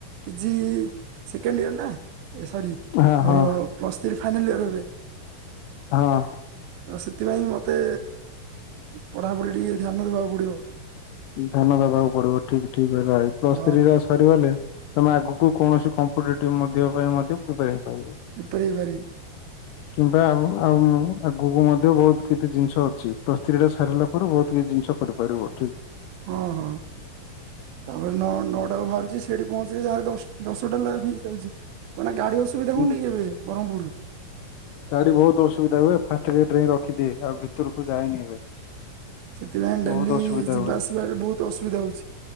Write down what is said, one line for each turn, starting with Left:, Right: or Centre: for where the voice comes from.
Right: ପିଜି। ସେକେଣ୍ଡ ଇୟର ନା, ଏ ସରି,
Left: ହଁ
Right: ମୋର
Left: ହଁ
Right: ପ୍ଲସଥ୍ରୀ ଫାଇନାଲ୍ ଇୟର ଏବେ।
Left: ହଁ!
Right: ଆଉ ସେଥିପାଇଁ ମତେ ପଢ଼ାପଢି ଟିକେ ଧ୍ୟାନ ଦେବାକୁ ପଡିବ!
Left: ଧ୍ୟାନ ଦବାକୁ ପଡିବ। ଠିକ୍ ଠିକ୍ ଭାଇ, ପ୍ଲସ
Right: ହଁ
Left: ଥ୍ରୀ ର। ସରିଗଲେ,। ତମେ ଆଗକୁ କୌଣସି କମ୍ପିଟେଟିଭ୍ ମଧ୍ୟ ପାଇଁ ମଧ୍ୟ ପ୍ରିପେୟାର୍ ହେଇ ପାରିବ।
Right: ପ୍ରିପାର ହେଇପାରିବ।
Left: କିମ୍ବା ଆଉ ଆଗକୁ ମଧ୍ୟ ବହୁତ୍ କିତି ଜିନ୍ଷ ଅଛି, ପ୍ଲସ୍ ଥ୍ରୀ ଟା ସାରିଲା ପରେ ବୋହୁତ୍ କିଛି ଜିନ୍ଷ। କରିପାରିବ ଠିକ୍।
Right: ହଁ ହଁ। ତାପରେ ନ ନଅଟାକୁ ଭାରୁଚି ସେଠି ପହଞ୍ଚିଲେ ଯାହା ହେଲେ ଦଶ୍ ଦଶଟା ଲାବ୍ ହେଇଯାଉଚି। ମାନେ ଗାଡି ଅସୁବିଧା
Left: ହୁଁ।
Right: ହୋଉନି କି ଏବେ ବରମପୁର୍ ରୁ।
Left: ଗାଡ଼ି ବୋହୁତ୍ ଅସୁବିଧା ହୁଏ ଫାଷ୍ଟ ଗେଟ୍ ରେ ହିଁ ରଖିଦିଏ,। ଆଉ ଭିତୁରୁକୁ ଯାଏନି ଏବେ।
Right: ସେଥିପାଇଁ ଡେଲି
Left: ବହୁତ ଅସୁବିଧା
Right: ଯିବା
Left: ହୁଏ
Right: ଆସିବାରେ ବୋହୁତ୍ ଅସୁବିଧା ହୋଉଛି